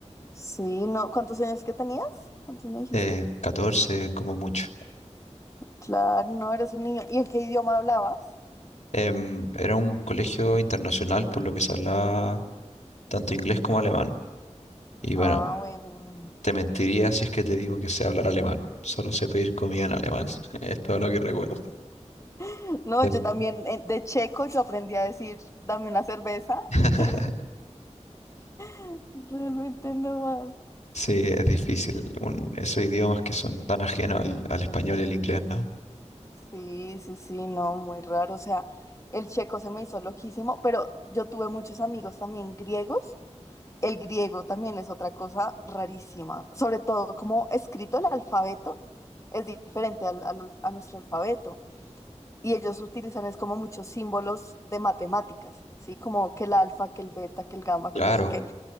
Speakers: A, on the left; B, on the left.
A: Sí, no. ¿Cuántos años que tenías? ¿Cuántos me dijiste?
B: Eh, 14 como mucho.
A: Claro, no, eres un niño. ¿Y en qué idioma hablabas?
B: Em, era un colegio internacional por lo que se hablaba tanto inglés como alemán. Y
A: Ah,
B: bueno,
A: bueno, bueno.
B: Te mentiría si es que te digo que sé hablar alemán. Solo sé pedir comida en alemán. <laughs> Es todo lo que recuerdo.
A: <laughs> No,
B: Pero-
A: yo también eh, de checo yo aprendí a decir, dame una cerveza
B: <laughs>
A: y ya. <laughs> Realmente no más.
B: Sí, es difícil. Un- esos idiomas que son tan ajenos al, al español y al inglés, ¿no?
A: Sí, sí, sí, no, muy raro. O sea, el checo se me hizo loquísimo, pero yo tuve muchos amigos también griegos El griego también es otra cosa rarísima, sobre todo como escrito el alfabeto es diferente al, al- a nuestro alfabeto y ellos utilizan es como muchos símbolos de matemáticas, ¿sí? Como que el alfa, que el beta, que el gamma,
B: Claro.
A: que el no sé qué.